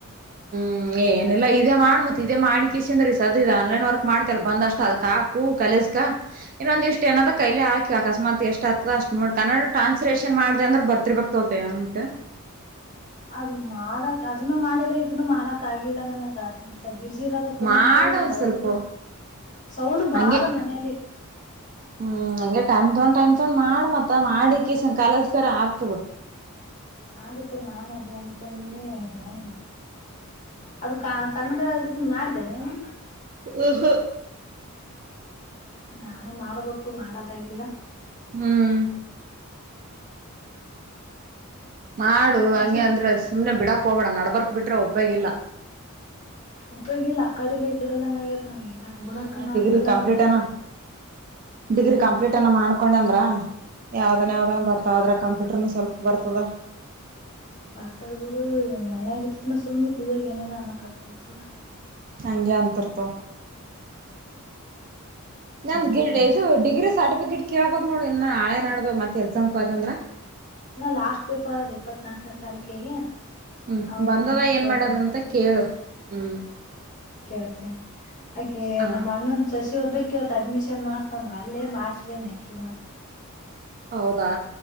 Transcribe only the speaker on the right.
ಹ್ಮ್ ಏನಿಲ್ಲ ಇದೇ ಮಾಡ್ ಮತ್ ಇದೇ ಮಾಡಿಿಕ ಇಷ್ಟ ಅಂದ್ರೀ ಸದ ಇ ಆನ್ಲೈನ್ ವರ್ಕ್ ಮಾಡ್ತಲ್ಲ ಬಂದಷ್ಟ ಅದಕ್ ಹಾಕು ಕಲ ಇನ್ನೊಂದ ಇಷ್ಟ ಏನದ್ ಕೈಲಿ ಹಾಿ ಅಕಮಾತ್ ಎಷ್ಟು ಆತದ ಅಷ್ಟ ನೋಡಿ ಕನ್ನಡ ಟ್ರಾನ್ಸ್ಲೇಷನ್ ಮಾಡ್ದ ಅ್ರ ಬರ್ತಿರ್ಬೇಕಕ್ತೋಪ ಉಂಟ್
ಮಾಡ ಒಂದ್
ಸ್ವಲ್ಪ
ಹಂಗೆ
ಹ್ಮ್ ಹಂಗೆ ಟೈಮ್ ತಗೊಂಡ್ ಟೈಮ್ ತಗೊಂಡ್ ಮಾಡ್ ಮತ್ತ ಮಾಡಿಕ ಕಾಲಜ್ಕರ ಆಗ್ತವ
ಊಹ
ಹ್ಮ್ ನಾು
ಹಂಗೆ ಅಂದ್ರೆ ಸುಮ್ನೆ ಬಿಡಾಕ್ ಹೋಗಬೇಡ ನಡ್ಬರ್ಕ್ ಬಿಟ್ರೆ ಒಪ್ಪ್ಯಗಿಲ್ಲ
ಹ್ಮ್
ಡಿಗ್ರಿ ಕಂಪ್ಲೀಟ್
ಅನ ಡಿಗ್ರಿ ಕಂಪ್ಲೀಟ್ ಅನ್ನ ಮಾಡ್ಕೊಂಡ ಅಂದ್ರ ಯಾವ್ದನ್ ಯಾವ್ದನ್ ಬರ್ತ ಮತ್ತುಾದ್ರೆ ಕಂಪ್ಯೂಟರ್ನು ಸ್ವಲ್ಪ ಬರ್ತದೆ
ಹಂಗೆ ಅಂತರ್ತೋ ನನ್
ಗ
ಇದು ಡಿಗ್ರಿ ಸ್ಟಿ ಗಿಟ್ ಕೇಳ್ಬೇಕಕ್ ನೋಡಿ ಇನ್ನು ನಾಳೆ ನಾಡ್ದ ಮತ್ತೆ ಎಕ್ಸಾಮ್ಯತಂದ್ರ
ಹ್ಮ್
ಬಂದದ ಏನ್
ಮಾಡದಂತ ಕೇಳು ಹ್ಮ್
ಹಾ
ಹೌದಾ